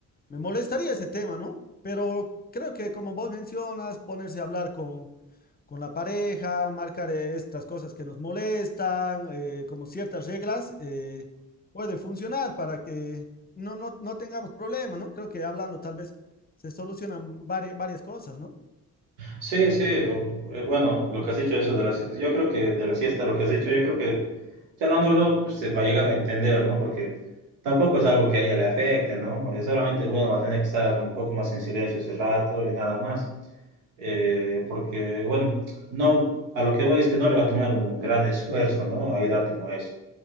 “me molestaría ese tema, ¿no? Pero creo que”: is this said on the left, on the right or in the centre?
Left